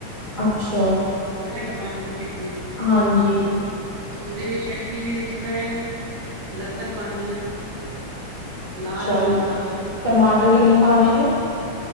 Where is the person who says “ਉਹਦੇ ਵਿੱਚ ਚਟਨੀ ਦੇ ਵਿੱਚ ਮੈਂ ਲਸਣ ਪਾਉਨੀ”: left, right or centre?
Right